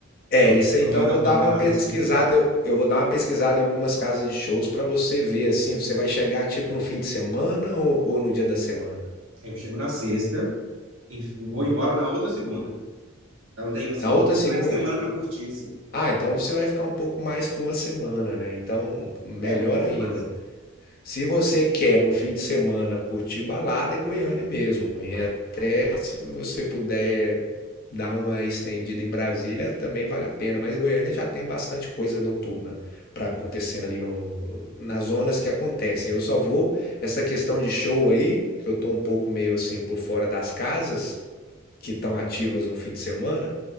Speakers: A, on the left; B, on the right.
A: É,
B: Eu
A: isso
B: encomendo
A: aí, então eu vou
B: alguma
A: dar
B: casa,
A: uma pesquisada,
B: assim,
A: eu, eu vou dar uma pesquisada em algumas casas de shows para você ver assim, você vai chegar tipo no fim de semana ou, ou no dia da semana?
B: eu chego na sexta e vou embora na outra segunda. Então tenho, assim,
A: Na
B: dois
A: outra segunda?
B: finais de semana para curtir, assim.
A: Ah, então você vai ficar um pouco mais que uma semana, né? Então, melhor
B: É, um pouco
A: ainda.
B: mais, assim,
A: Se você quer no fim de semana curtir balada, é Goiânia mesmo. E até se você puder dar uma estendida em Brasília, também vale a pena. Mas Goiânia já tem bastante coisa noturna para acontecendo ali no, nas zonas que acontecem. Eu só vou, essa questão de show aí, que eu tô um pouco meio assim por fora das casas que estão ativas no fim de semana